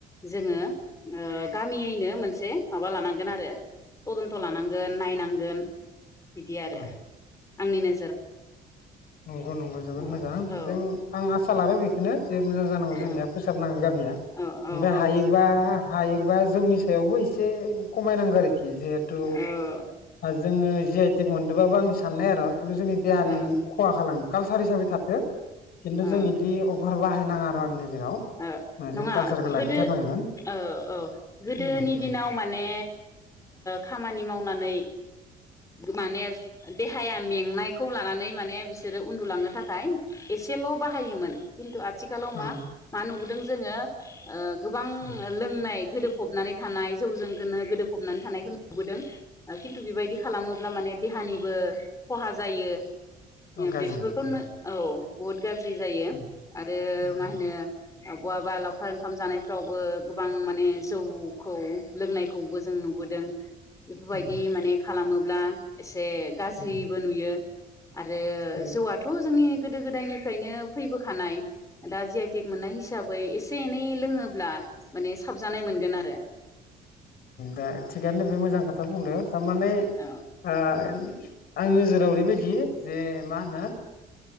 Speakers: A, on the left (about 20°); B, on the left (about 65°).
A: जोङो ओ गामियैनो मोनसे माबा लानांगोन आरो थदन्थ लानांगोन नायनांगोन। बिदि आरो
B: उम
A: आंनिनो
B: नंगौ नंगौ जोबोद
A: औ
B: मोजां
A: औ
B: जों आं आसा लाबाय बेखौ <unintelligible> जे मोजां जानांगौ
A: औ
B: जोंनिया फोसाबनाांगौ गामिया
A: औ औ
B: ओमफ्राय
A: औ
B: हायोबा
A: ओ
B: हायोबा जौनि सायावबो ए एसे खमायनांगौ आरो जिहेतु
A: ओ
B: जोङो जि आइ टेक मोनदोंबाबो आंनि साननाय आरो खिनथु जोंनि देहानि
A: ओ
B: खहा खालामो। कालसार हिसाबै थाथो खिन्थु
A: ओ
B: जों इदि फोर बाहायनाङा आरो आंनि नोजोराव
A: ओ नङा
B: जों कालसारखौ लाखिथारनांगोन
A: गोदो औ औ गोदोनि
B: उम उम
A: दिनाव माने खामानि मावनानै माने देहाया मेंनायखौ लानानै माने बिसोरो उन्दुलांनो थाखाय एसेल बाहायोमोन। खिन्थु आ आथिखालाव
B: उम
A: मा मा नुबोदों जोङो ओ गोबां
B: उम
A: लोंनाय गोदोफबनानै थानाय जौजों गोनो गोदोफबनानै थानायखौ नुबोदों। खिन्थु बेबायदि खालामोब्ला माने देहानिबो खहा जायो।
B: अ गाज्रि
A: बेफोरखौनो
B: उम
A: औ <unintelligible> गाज्रि जायो
B: उम
A: आरो
B: उम
A: मा होनो बहाबा लावखार ओंखाम जानायफ्रावबो गोबां माने जौखौ लोंनायखौबो जों नुबोदों। बेफोरबायदि
B: उम
A: माने खालामो। ब्ला एसे गाज्रिबो
B: उम
A: नुयो। आरो
B: उम
A: जौआथ' जोंनि गोदो गोदायनिफ्रायनो फैबोखानाय दा जि आइ टेक मोननाय हिसाबै एसे एनै लोङोब्ला माने साबजानाय मोनगोन आरो
B: दा थिगानो दोङो बे मोजां खोथा बुंदो थामाने
A: औ
B: आ <inaudible> आंनि नोजोराव ओरैबायदि जे मा होनो